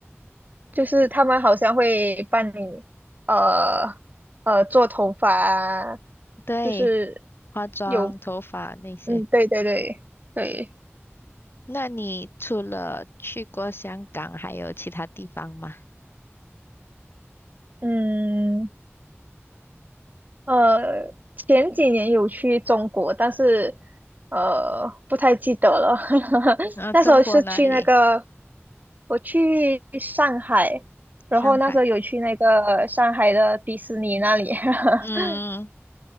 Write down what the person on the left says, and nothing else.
<laughs> 对，
化妆、
头发那些。
那你除了去过香港，还有其他地方吗？
呃，
中国哪里？
上海。
嗯，